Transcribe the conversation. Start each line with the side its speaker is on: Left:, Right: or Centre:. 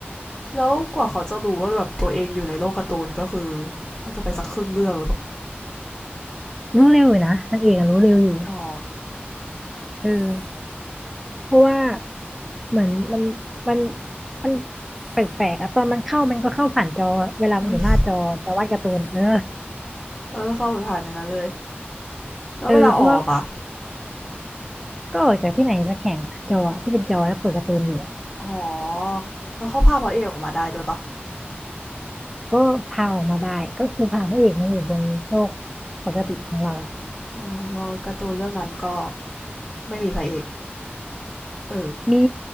Left: แล้วกว่าเขาจะรู้ว่าแบบตัวเองอยู่ในโลกการ์ตูนก็คือน่าจะไปสักครึ่งเรื่องหรือเปล่า
Centre: รู้เร็วอยู่นะนางเอกอะรู้เร็วอยู่
Left: อ๋อ
Centre: เออเพราะว่าเหมือนมันมันมันแปลกๆอะตอนมันเข้ามันก็เข้าผ่านจอเวลามันอยู่หน้าจอจะวาดการ์ตูนเออ
Left: อแล้วก็เข้าไปผ่านในนั้นเลยแล้วเวลาออกอ่ะ
Centre: เออเพราะว่าก็ออกจากที่ไหนสักแห่งอะจออะที่เป็นจอแล้วเปิดการ์ตูนอยู่อะ
Left: อ๋อแล้วเขาพาพระเอกออกมาได้ด้วยปะ
Centre: ก็พาออกมาได้ก็คือพาพระเอกมาอยู่บนโลกปกติของเรา
Left: อ๋อแล้วการ์ตูนเรื่องนั้นก็ไม่มีพระเอกเออ
Centre: นี้